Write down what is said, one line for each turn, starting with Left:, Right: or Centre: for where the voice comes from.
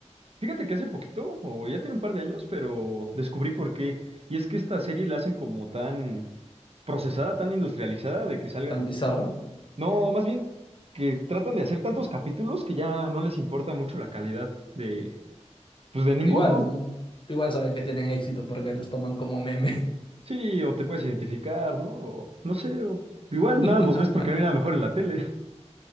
Right: Fíjate que hace poquito, o ya tiene un par de años, pero descubrí por qué. Y es que esta serie la hacen como tan procesada, tan industrializada, de
Left: <laughs>
Right: que salgan
Left: Tan bizarro.
Right: No, más bien que tratan de hacer tantos capítulos que ya no les importa mucho la calidad de, pues de ninguno.
Left: Igual, igual saben que tienen éxito porque los toman como meme.
Right: Sí, o te puedes identificar, ¿no? O no sé, o igual
Left: <laughs>
Right: nada, los ves porque no hay nada mejor en la tele.